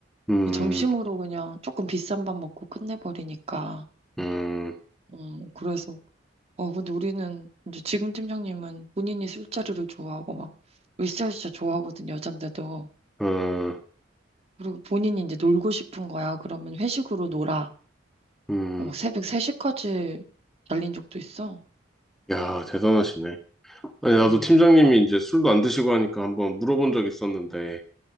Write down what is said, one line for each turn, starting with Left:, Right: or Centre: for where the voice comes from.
Centre: 음.
Right: 점심으로 그냥 조금 비싼 밥 먹고 끝내버리니까.
Centre: 음,
Right: 음, 그래서, 어, 근데 우리는, 이제 지금 팀장님은 본인이 술자리를 좋아하고 막, 으쌰으쌰 좋아하거든, 여잔데도.
Centre: 음,
Right: 그리고 본인이 이제 놀고 싶은 거야. 그러면 회식으로 놀아.
Centre: 음.
Right: 어, 막 새벽 3시까지 달린 적도 있어.
Centre: 야, 대단하시네. 아니, 나도
Right: 음,
Centre: 팀장님이 이제 술도 안 드시고 하니까 한번 물어본 적 있었는데,